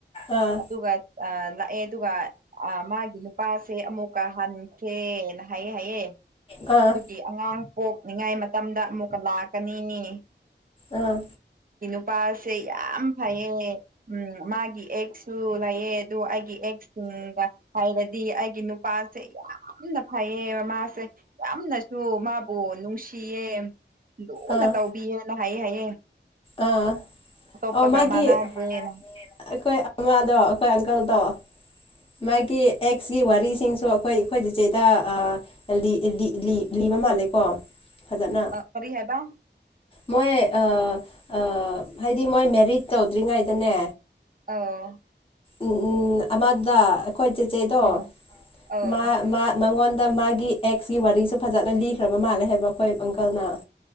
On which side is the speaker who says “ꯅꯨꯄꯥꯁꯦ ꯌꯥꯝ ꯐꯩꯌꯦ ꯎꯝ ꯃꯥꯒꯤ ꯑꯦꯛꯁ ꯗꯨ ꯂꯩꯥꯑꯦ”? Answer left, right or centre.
Right